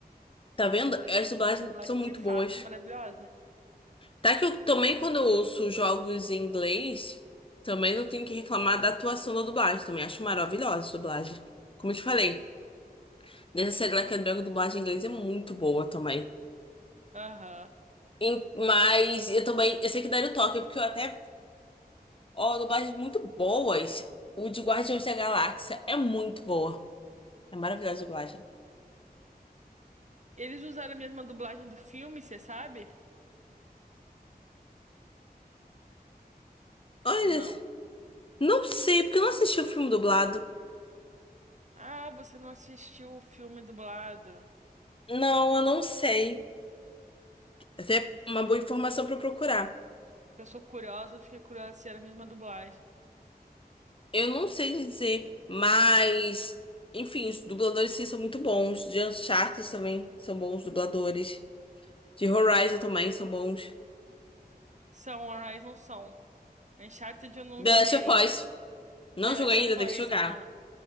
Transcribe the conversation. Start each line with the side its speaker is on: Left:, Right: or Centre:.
Left: Tá vendo?
Right: A, du-
Left: As dublagens
Right: a dublagem
Left: são muito
Right: de fato
Left: boas.
Right: é maravilhosa.
Left: Tá que eu também, quando eu ouço jogos em inglês, também não tenho que reclamar da atuação da dublagem. Também acho maravilhosa a dublagem. Como eu te falei, nessa série Like a Dragon, a dublagem em inglês é muito boa também.
Right: Aham.
Left: Em- Mas eu também, eu sei que daria o toque, porque eu até, ó, dublagens muito boas. O de Guardiões da Galáxia é muito boa. É maravilhosa a dublagem.
Right: Eles usaram a mesma dublagem do filme, você sabe?
Left: Olha,
Right: Ou não?
Left: não sei, porque eu não assisti o filme dublado.
Right: Ah, você não assistiu o filme dublado.
Left: Não, eu não sei. Até
Right: Entendi.
Left: uma boa informação pra eu procurar.
Right: Eu sou curiosa, eu fiquei curiosa se era a mesma dublagem.
Left: Eu não sei dizer, mas, enfim, os dubladores sim são muito bons. De Uncharted também são bons dubladores. De Horizon também são bons.
Right: São, Horizon são. Uncharted eu não
Left: The
Right: joguei
Left: Last of Us. Não
Right: The
Left: joguei
Right: Last of
Left: ainda, tem
Right: Us,
Left: que jogar.
Right: aham.